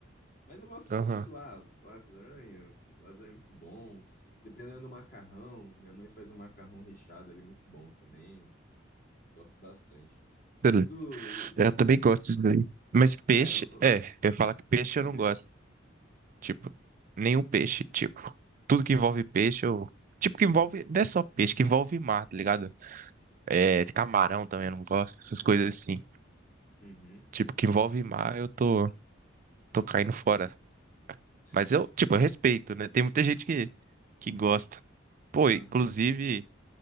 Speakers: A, on the left; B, on the right.
A: Mas eu gosto também,
B: aham.
A: tipo, ah, lasanha, lasanha é muito bom. Dependendo do macarrão, minha mãe faz um macarrão recheado ali muito bom também. Gosto bastante.
B: Beleza.
A: Tu,
B: Eu também gosto disso daí. Mas peixe,
A: é, l-
B: é, eu ia falar
A: ah,
B: que peixe
A: diga
B: eu não gosto.
A: aí.
B: Tipo, nenhum peixe, tipo, tudo que envolve peixe, eu. Tipo, que envolve. Não é só peixe, que envolve mar, tá ligado? É, camarão também, eu não gosto, essas coisas assim.
A: Uhum.
B: Tipo, que envolve mar, eu tô, tô caindo fora.
A: <laughs>
B: Mas eu, tipo, eu respeito, né? Tem muita gente que, que gosta. Pô,
A: Aham.
B: inclusive,